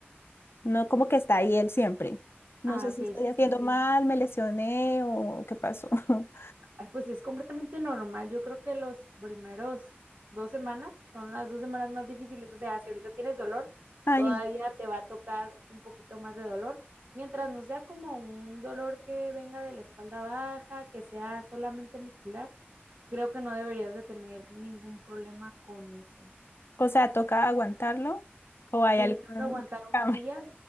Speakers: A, on the left (about 65°); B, on the right (about 55°).
A: no como que está ahí él siempre. No
B: Ah,
A: sé
B: ok,
A: si estoy
B: sí,
A: haciendo
B: sí, sí.
A: mal, me lesioné o qué pasó. <laughs>
B: Ah, Pues es completamente normal. Yo creo que los primeros dos semanas son las dos semanas más difíciles. O sea, si ahorita tienes dolor,
A: Ay,
B: todavía te va a tocar un poquito más de dolor. Mientras no sea como un dolor que venga de la espalda baja, que sea solamente muscular, Creo que no deberías de tener ningún problema con eso.
A: o sea, toca aguantarlo o hay
B: Si
A: algún
B: toca aguantar unos
A: <laughs>
B: días,